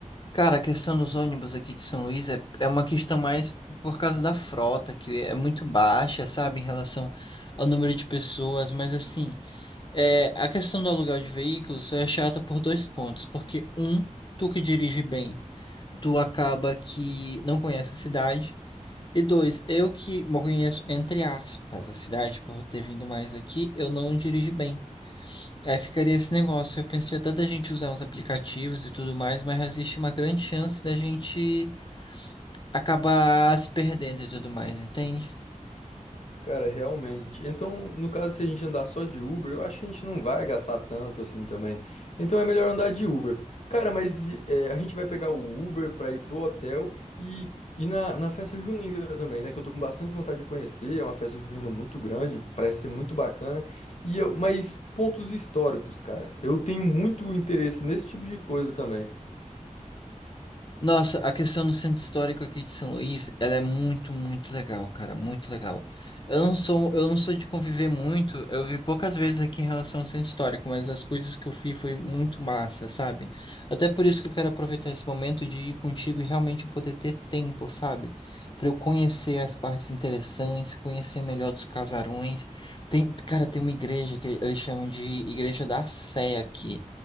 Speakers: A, on the left; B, on the left.
A: Cara, a questão dos ônibus aqui de São Luís é, é uma questão mais por causa da frota, que é muito baixa, sabe, em relação ao número de pessoas, mas assim, é, a questão do aluguel de veículos só é chata por dois pontos, porque um, tu que dirige bem. tu acaba que não conhece a cidade. E dois, eu que uma conheço, entre aspas, a cidade, por ter vindo mais aqui, eu não dirijo bem. Aí ficaria esse negócio. Eu pensei até da gente usar os aplicativos e tudo mais, mas existe uma grande chance da gente acabar se perdendo e tudo mais, entende?
B: Cara, realmente. Então, no caso, se a gente andar só de Uber, eu acho que a gente não vai gastar tanto assim também. Então é melhor andar de Uber. Cara, mas é, a gente vai pegar o Uber pra ir pro hotel e, e na, na festa junina também, né? Que eu tô com bastante vontade de conhecer. É uma festa junina muito grande, parece ser muito bacana. E eu, mas pontos históricos, cara. Eu tenho muito interesse nesse tipo de coisa também.
A: Nossa, a questão do centro histórico aqui de São Luís, ela é muito, muito legal, cara, muito legal. Eu não sou, eu não sou de conviver muito, eu vi poucas vezes aqui em relação ao centro histórico, mas as coisas que eu fiz foi muito massa, sabe? Até por isso que eu quero aproveitar esse momento de ir contigo e realmente eu poder ter tempo, sabe? Pra eu conhecer as partes interessantes, conhecer melhor dos casarões. Tem, cara, tem uma igreja que eles chamam de Igreja da Sé aqui.